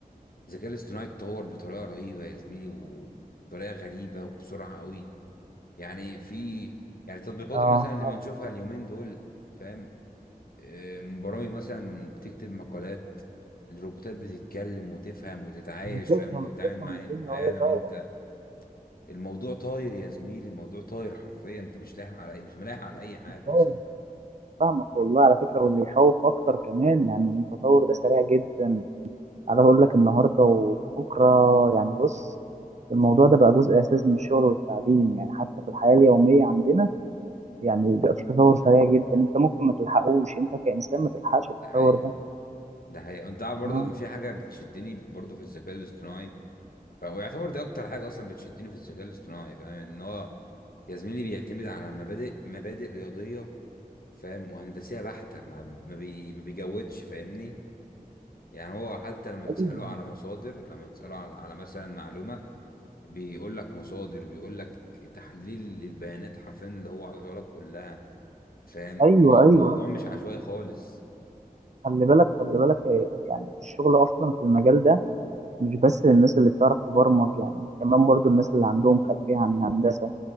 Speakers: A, on the left; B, on the right.
A: الذكاء الاصطناعي اتطور بطريقه رهيبه يا زميلي وبطريقه غريبه وبسرعه قوي يعني في يعني التطبيقات
B: اه
A: مثلا اللي بنشوفها اليومين دول فاهم آه، برامج مثلا تكتب مقالات الروبوتات بتتكلم وتفهم وتتعايش
B: بتفهم
A: فاهم وتتعامل
B: بتفهم
A: معايا
B: الدنيا
A: معايا
B: وهي
A: انا
B: طايرة
A: وانت الموضوع طاير يا زميلي الموضوع طاير حرفيا انت مش لاحق على اي مش ملاحق على اي حاجه
B: أيوة
A: اصلا
B: فاهمك والله على فكرة واللي يخوف أكتر كمان يعني إن التطور ده سريع جدا أنا أقول لك النهاردة وبكرة يعني بص الموضوع ده بقى جزء أساسي من الشغل والتعليم يعني حتى في الحياة اليومية عندنا يعني بقى في تطور سريع جدا أنت ممكن ما تلحقوش أنت كإنسان ما تلحقش التطور
A: ده حقيقة
B: ده
A: ده حقيقة انت عارف برضه
B: آه.
A: في حاجه بتشدني برضه في الذكاء الاصطناعي ف- ويعتبر دي اكتر حاجه اصلا بتشدني في الذكاء الاصطناعي فاهم ان هو يا زميلي بيعتمد على مبادئ مبادئ رياضيه فاهم وهندسيه بحته ما ما, بي ما بيجودش فاهمني يعني هو حتى لما بتسأله
B: أيوه
A: على مصادر لما بتسأله على, على مثلا معلومة بيقول لك مصادر بيقول لك تحليل للبيانات حرفيا اللي هو عايزها لك كلها فاهم
B: أيوه
A: المو-
B: أيوه
A: الموضوع مش عشوائي خالص
B: خلي بالك خلي بالك آه، يعني الشغل أصلا في المجال ده مش بس للناس اللي بتعرف تبرمج يعني كمان برضو الناس اللي عندهم خلفية عن الهندسة